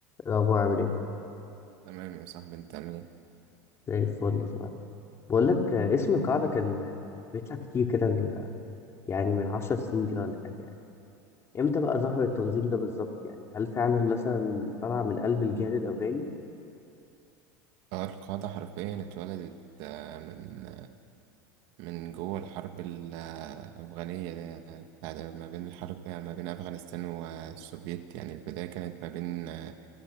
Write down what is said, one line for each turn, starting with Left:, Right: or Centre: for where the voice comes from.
Left: إيه الأخبار عامل إيه؟
Right: تمام يا صاحبي انت عامل ايه
Left: زي الفل تمام بقول لك آه، اسم القاعدة كان بيطلع كتير كده ال- يعني من عشر سنين كده ولا حاجة يعني إمتى بقى ظهر التنظيم ده بالظبط يعني هل فعلا مثلا طلع من قلب الجهاد الأفغاني؟
Right: اه القاعدة حرفيا اتولدت آه، من من جوه الحرب الأفغانية دي بعد ما بين الحرب ما بين أفغانستان والسوفيت يعني البداية كانت ما بين آه،